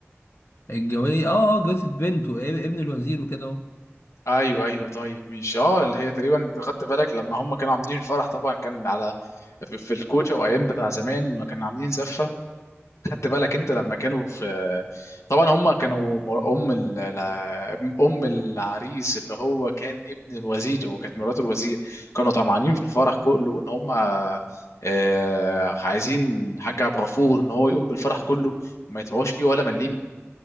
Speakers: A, on the left; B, on the left.
A: الجويه اه اه جوزة بنته ابن الوزير وكده اهو
B: ايوه ايوه طيب مش اه اللي هي تقريبا أنت خدت بالك لما هم كانوا عاملين الفرح طبعا كان على في في الكوشه وايام بتاع زمان لما كانوا عاملين زفه خدت بالك انت لما كانوا في طبعا هم كانوا مر- ام ال... لا- ام العريس اللي هو كان ابن الوزير وكانت مرات الوزير كانوا طمعانين في الفرح كله ان هم آه، عايزين الحاج عبد الغفور ان هو يقوم بالفرح كله ما يدفعوش فيه ولا مليم